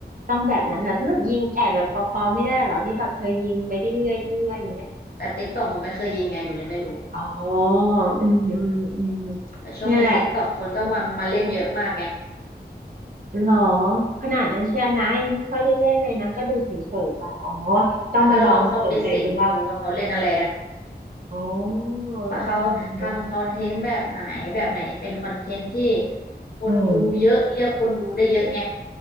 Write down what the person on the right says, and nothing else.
ต้องแบบนั้นเหรอถ้าแบบยิงแอดแบบปอๆไม่ได้เหรอที่แบบเธอยิงไปเรื่อยๆเรื่อยๆอย่างเงี้ย
อ๋ออืมอืมอืม
เนี่ยแหละเหรอขนาดนั้นเชียร์นะยังไม่ค่อยได้เล่นเลยนะก็ดูเฉยๆไปอ๋อต้องมาลองสนใจดูบ้าง
อ๋ออืม
อืมอืม
อืม